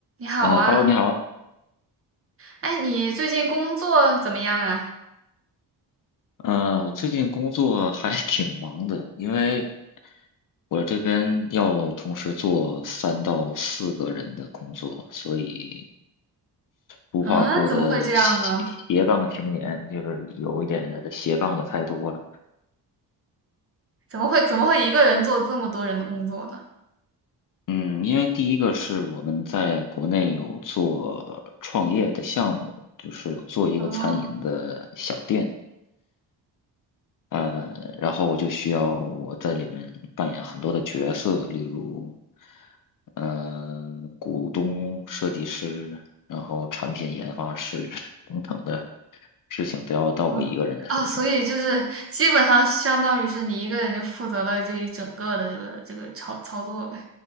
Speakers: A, on the right; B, on the left.
A: 你好啊，
B: 呃，Hello，你好。
A: 哎，你最近工作怎么样啊？
B: 呃，我最近工作还 <laughs> 挺忙的，因为我这边要同时做三到四个人的工作，所以俗话说的斜斜杠青年，
A: 嗯，怎么会这样呢？
B: 就是有一点斜杠的太多了。
A: 怎么会怎么会一个人做这么多人的工作呢？
B: 嗯，因为第一个是我们在国内有做创业的项目，就是有做一个餐饮的小店。
A: 哦，
B: 呃，然后我就需要我在里面扮演很多的角色，例如，呃，股东、设计师，然后产品研发师 <laughs> 等等的事情都要到我一个人的身上。
A: 嗯，哦，所以就是基本上相当于是你一个人就负责了这一整个的这个这个操操作呗。